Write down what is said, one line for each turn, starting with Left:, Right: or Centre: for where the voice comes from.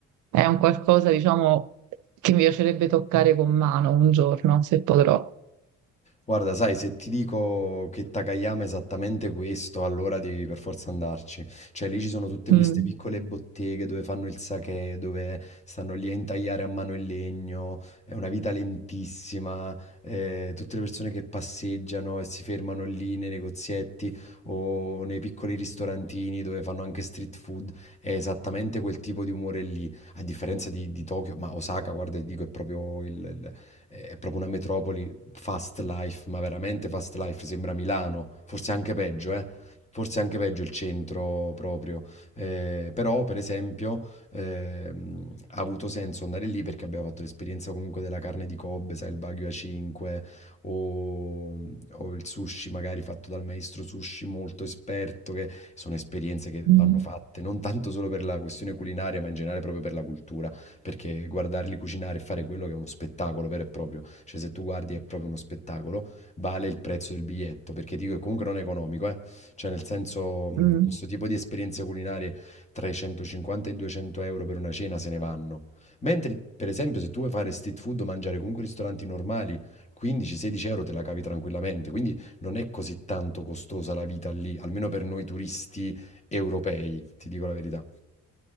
Right: è un qualcosa, diciamo, che mi piacerebbe toccare con mano un giorno, se potrò.
Left: Guarda, sai, se ti dico che Takayama è esattamente questo, allora devi per forza andarci. Cioè, lì ci sono tutte
Right: Mm,
Left: queste piccole botteghe dove fanno il sake, dove stanno lì a intagliare a mano il legno, è una vita lentissima, eh, tutte le persone che passeggiano e si fermano lì nei negozietti o nei piccoli ristorantini dove fanno anche street food, è esattamente quel tipo di umore lì, a differenza di, di Tokyo, ma Osaka, guarda, ti dico, è proprio il il- è proprio una metropoli fast life, ma veramente fast life, sembra Milano, forse anche peggio, eh. Forse anche peggio il centro proprio. Eh, però, per esempio, ehm, ha avuto senso andare lì perché abbiamo fatto l'esperienza comunque della carne di Kobe, sai, il Wagyu A5 o, o il sushi magari fatto dal maestro sushi molto esperto, che sono esperienze che
Right: mm,
Left: vanno fatte, non tanto solo per la questione culinaria, ma in generale proprio per la cultura, perché guardarli cucinare e fare quello che è uno spettacolo vero e proprio cioè, se tu guardi è proprio uno spettacolo, vale il prezzo del biglietto, perché dico che comunque non è economico, eh. Cioè, nel senso, mh,
Right: mm.
Left: questo tipo di esperienze culinarie tra i 150 e i 200 euro per una cena se ne vanno. Mentre, per esempio, se tu vuoi fare street food o mangiare comunque ristoranti normali, 15-16 euro te la cavi tranquillamente, quindi non è così tanto costosa la vita lì, almeno per noi turisti europei, ti dico la verità.